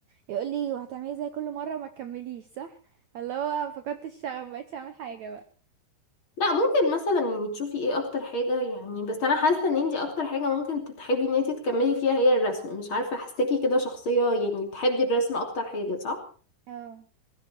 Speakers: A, on the right; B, on the left.
A: يقول لي وهتعملي زي كل مره وما تكمليش صح اللي هو فقدت الشغف ما بقتش اعمل حاجه بقى
B: لا ممكن مثلا يعني تشوفي ايه اكتر حاجة يعني بس انا حاسة ان انتي اكتر حاجة ممكن تتحبي ان انتي تكملي فيها هي الرسم مش عارفة حاساكي كده شخصية يعني بتحبي الرسم اكتر حاجة صح؟
A: اه